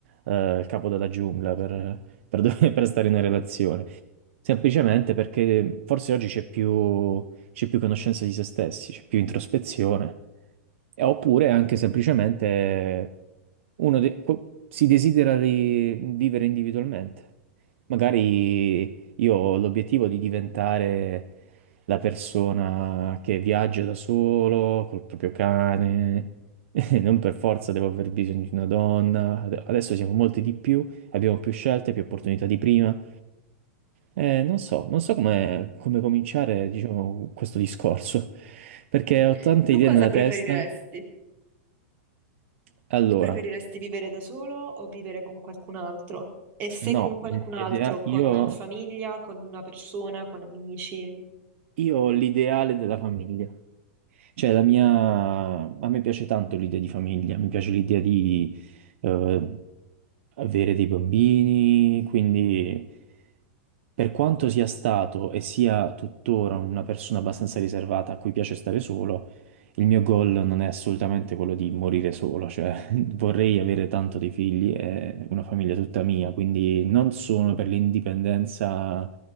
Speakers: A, on the right; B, on the right.
A: eh, il capo della giungla per per <laughs> per stare in una relazione. Semplicemente perché forse oggi c'è più, c'è più conoscenza di se stessi, c'è più introspezione, E oppure anche semplicemente uno de- co- si desidera di vivere individualmente. Magari io ho l'obiettivo di diventare la persona che viaggia da solo, col proprio cane, <laughs> non per forza devo aver bisogno di una donna, adesso siamo molti di più abbiamo più scelte, più opportunità di prima. Eh, non so, non so come, come cominciare, diciamo, questo discorso, perché
B: <laughs>
A: ho tante
B: Tu
A: idee
B: cosa
A: nella
B: preferiresti?
A: testa. Allora,
B: Tu preferiresti vivere da solo o vivere con qualcun altro? E se
A: no,
B: con qualcun
A: il mio
B: altro,
A: idea- io,
B: con famiglia, con una persona, con amici?
A: io ho l'ideale della famiglia, Cioè, la mia... a me piace tanto l'idea di famiglia, mi piace l'idea di eh, avere dei bambini, quindi per quanto sia stato e sia tuttora una persona abbastanza riservata a cui piace stare solo, il mio goal non è assolutamente quello di morire solo, cioè <laughs> vorrei avere tanto dei figli e una famiglia tutta mia, quindi non sono per l'indipendenza